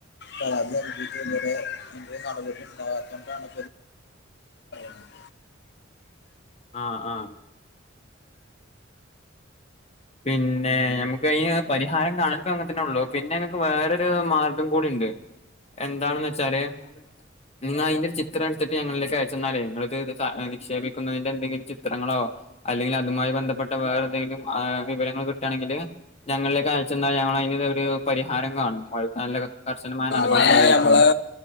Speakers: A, on the left; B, on the left.
A: പരാതി <unintelligible> വീണ്ടും ഇങ്ങനെ <inaudible> നടപടി ഇണ്ടാവോത്താണ്ടാണ് <inaudible> <inaudible>
B: ആഹ് ആ പിന്നെ നമുക്കൈന് പരിഹാരം കാണലിപ്പം തങ്ങനതന്നെ ഒള്ളു പിന്നെ ഇങ്ങക്ക് വേറൊരു മാർഗം കൂടി ണ്ട് എന്താണെന്ന് വെച്ചാല് നിങ്ങൾ അതിന്റെ ഒരു ചിത്രം എടുത്തിട്ട് ഞങ്ങളിലേക്ക് അയച്ചെന്നാലേ നിങ്ങളിത് നിക്ഷേപിക്കുന്നതിന്റെ എന്തെങ്കിലും ചിത്രങ്ങളോ അല്ലെങ്കിൽ അതുമായി ബന്ധപ്പെട്ട വേറെന്തെങ്കിലും ആ വിവരങ്ങൾ കിട്ടാണെങ്കിൽ ഞങ്ങളിലേക്ക് അയച്ചന്നാൽ ഞ്ഞങ്ങളൈനുള്ളൊരു പരിഹാരം കാണും <unintelligible> ശക്തമായ നടപടി
A: മാലിന്യ
B: സ്വകരിക്കും
A: നമ്മളെ